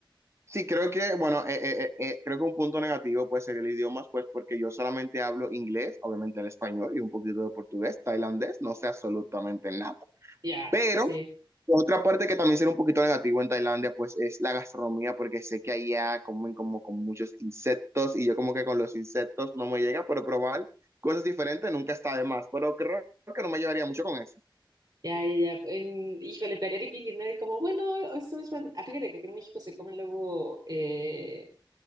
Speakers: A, on the right; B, on the right.
A: Sí, creo que, bueno, eh, eh, eh, eh, creo que un punto negativo puede ser el idioma, pues porque yo solamente hablo inglés, obviamente el español y un poquito de portugués, tailandés, no sé absolutamente nada.
B: Ya,
A: Pero
B: sí.
A: otra parte que también será un poquito negativo en Tailandia, pues es la gastronomía, porque sé que allá comen como con muchos insectos y yo como que con los insectos no me llega, pero probar cosas diferentes nunca está de más, pero creo que no me llevaría mucho con eso.
B: Ya, ya, ya. En, híjole, estaría difícil, ¿no? Y Como, bueno, esto es... buen- Ah, fíjate que aquí en México se comen luego... Eh,